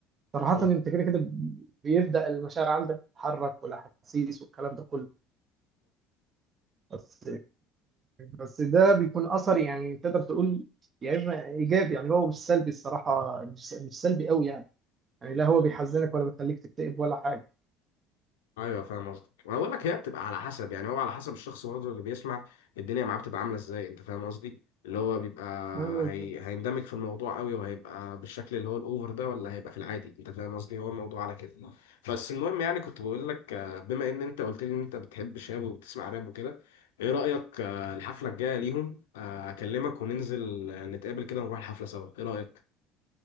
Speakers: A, on the right (about 40°); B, on the left (about 85°).
A: صراحة
B: دي
A: انت كده كده بيبدأ المشاعر عندك تتحرك والاحاسيس والكلام ده كله بس بس ده بيكون اثر يعني تقدر تقول يا اما ايجابي يعني هو مش سلبي الصراحة مش مش سلبي قوي يعني يعني لا هو بيحزنك ولا بيخليك تكتئب ولا حاجة
B: ايوه فاهم قصدك ما بقول لك هي بتبقى على حسب يعني هو على حسب الشخص برضه اللي بيسمع الدنيا معاه بتبقى عامله ازاي انت فاهم قصدي اللي هو بيبقى
A: ايوه
B: هي... هيندمج في الموضوع قوي وهيبقى بالشكل اللي هو الاوفر ده ولا هيبقى في العادي انت فاهم قصدي هو الموضوع على كده بس المهم يعني كنت بقول لك آه، بما ان انت قلت لي ان انت بتحب شاب وبتسمع راب وكده ايه رايك آه، الحفله الجايه ليهم آه، اكلمك وننزل آه، نتقابل كده ونروح الحفله سوا ايه رايك